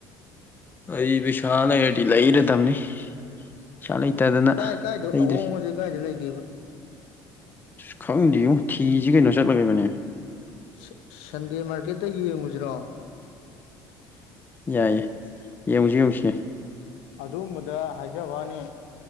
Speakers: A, on the left; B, on the left.
A: ꯑꯩ ꯄꯩꯁꯥ ꯂꯩꯔꯗꯤ ꯂꯩꯔꯗꯝꯅꯤ ꯄꯩꯁꯩꯥ ꯂꯩꯇꯗꯅ
B: ꯀꯥꯏ ꯀꯥꯏꯗ
A: ꯂꯩꯗ꯭ꯔꯤ
B: ꯑꯍꯣꯡꯕꯁꯦ ꯀꯥꯏꯗ ꯂꯩꯒꯦꯕ
A: ꯏꯁ ꯈꯪꯗꯦꯉꯣ ꯊꯤꯁꯤ ꯀꯩꯅꯣ ꯆꯠꯂꯒ <unintelligible>
B: ꯁ ꯁꯟꯗꯦ ꯃꯥꯔꯀꯦꯠꯇ ꯌꯦꯡꯉꯨꯁꯤꯔꯣ
A: ꯌꯥꯏꯌꯦ ꯌꯡꯁꯤ ꯌꯡꯁꯤ
B: ꯑꯗꯨꯒꯨꯝꯕꯗ ꯍꯥꯏꯖꯕꯅꯤ